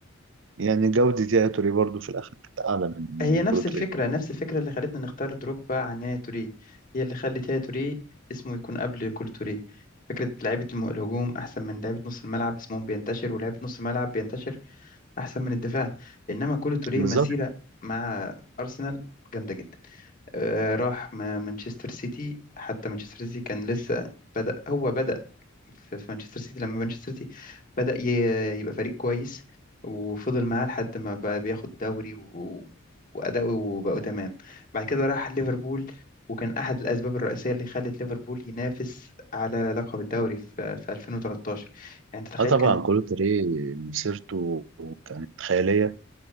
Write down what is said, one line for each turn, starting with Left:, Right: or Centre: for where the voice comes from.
Right: يعني جوده يا توريه برضو في الاخر كانت اعلى من
Left: هي
Right: من
Left: نفس
Right: كولو توريه
Left: الفكرة نفس الفكرة اللي خلتنا نختار دروجبا عن يايا توريه هي اللي خلت يايا توريه اسمه يكون قبل كول توريه فكرة لعيبة الم- الهجوم أحسن من لعيبة نص الملعب اسمهم بينتشر ولعيبة نص الملعب بينتشر أحسن من الدفاع إنما كول توريه
Right: بالظبط.
Left: مسيرة مع أرسنال جامدة جدا آه، راح ما- مانشستر سيتي حتى مانشستر سيتي كان لسه بدأ هو بدأ في في مانشستر سيتي لما مانشستر سيتي بدأ ي- يبقى فريق كويس وفضل معاه لحد ما بقى بياخد دوري و... وأداؤه وبقوا تمام بعد كده راح ليفربول وكان أحد الأسباب الرئيسية اللي خلت ليفربول ينافس على لقب الدوري في, في 2013 يعني تتخيل
Right: اه طبعا
Left: كان
Right: كولوتري مسيرته كانت خيالية